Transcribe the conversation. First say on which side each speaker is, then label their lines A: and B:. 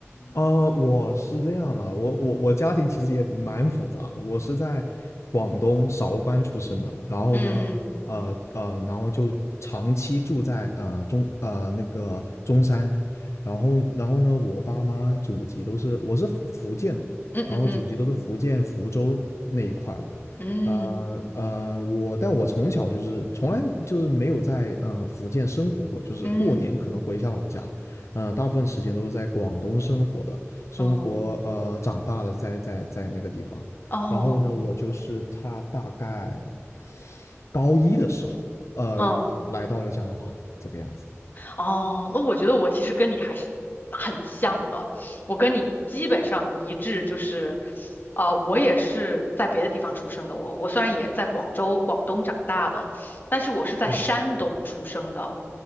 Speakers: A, on the left; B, on the left.
A: 呃，我是这样的，我我我家庭其实也蛮复杂的，我是在广东韶关出生的，然后呢，
B: 嗯
A: 呃呃，然后就长期住在呃中呃那个中山，然后然后呢，我爸妈祖籍都是我是福福建的，
B: 嗯嗯嗯
A: 然后祖籍都是福建福州那一块儿的，
B: 嗯
A: 呃呃，我但我从小就是从来就是没有在呃福建生活过，就是过年可能回一下老家。
B: 嗯嗯
A: 呃，大部分时间都是在广东生活的，生活呃长大的在在在那个地方。
B: 哦哦
A: 然后呢，我就是他大概高一的时候，呃，
B: 嗯。
A: 呃来到了加拿大这个样子。
B: 哦，那我觉得我其实跟你还是很像的，我跟你基本上一致，就是，啊，我也是在别的地方出生的我，我虽然也在广州、广东长大的，但是我是在山东出生的，
A: 对，